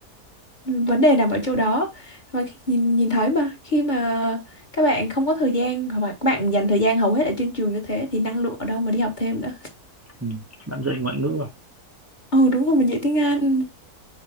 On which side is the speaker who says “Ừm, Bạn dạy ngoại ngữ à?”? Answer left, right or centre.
Right